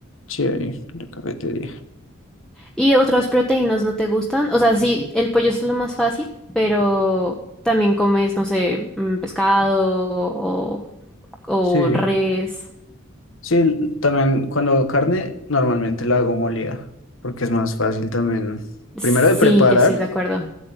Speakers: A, on the left; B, in the centre.
A: Sí, hay en la cafetería.
B: ¿Y otras proteínas no te gustan? O sea, sí, el pollo es lo más fácil, pero también comes, no sé, mm, pescado o, o
A: Sí.
B: res.
A: Sí, l- también cuando hago carne, normalmente la hago molida, porque es más fácil también,
B: Sí,
A: primero de preparar
B: yo estoy de acuerdo.